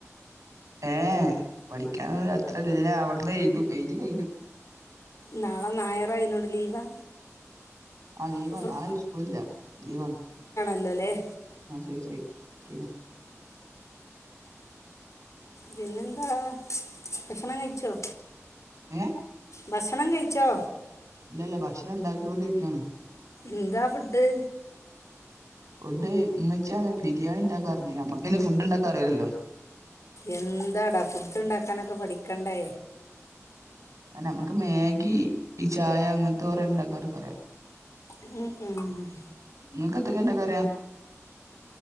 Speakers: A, on the right (about 80°); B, on the left (about 70°).
A: ഏഹ് പഠിക്കാനൊന്നും അത്ര‌ക്കില്ല അവിടന്ന് എഴുതും എഴുതി കഴിഞ്ഞു.
B: നാളെ ഞായറാ അതിനോട് ലീവാ
A: ആ ലീവാ
B: അപ്പോൾ ഫ്ര
A: നാളെ സ്കൂളില്ല ലീവാണ്-
B: ലല്ലേ-
A: മ് ഫ്രീ ഫ്രീ ഫ്രീ-
B: പിന്നെന്താ ഭക്ഷണം കഴിച്ചോ?
A: ഏ-
B: ഭസണം കഴിച്ചോ?
A: ഇല്ല ഇല്ല ഭക്ഷണം ഇണ്ടാക്കിക്കൊണ്ടിരിക്കാണ്-
B: എന്താ ഫുഡ്-
A: ഫുഡ് ഇമ്മിച്ചാ ബിരിയാണി ഇണ്ടാക്കാറണ്ട് നമ്മക്കിന്നെ ഫുഡ് ഉണ്ടാക്കാനറില്ലല്ലോ?
B: എന്താടാ ഫുഡ് ഉണ്ടാക്കാനൊക്കെ പഠിക്കണ്ടേ?
A: ആ നമുക്ക് മാഗി ഈ ചായ അങ്ങനത്തെ കൊറെ ഉണ്ടാക്കാനൊക്കെ അറാം-
B: ഉം ഉം-
A: നിങ്ങക്ക് എത്തൊക്കെണ്ടക്കറിയാ-